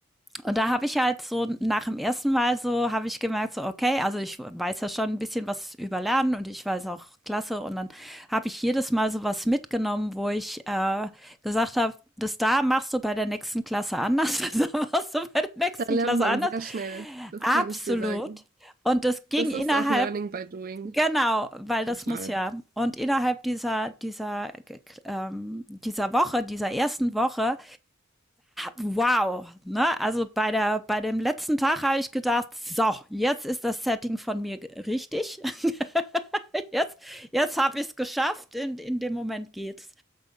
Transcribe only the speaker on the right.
Da lernt
man
sehr schnell. Das
kann ich dir sagen.
Das
ist auch Learning by Doing.
Total.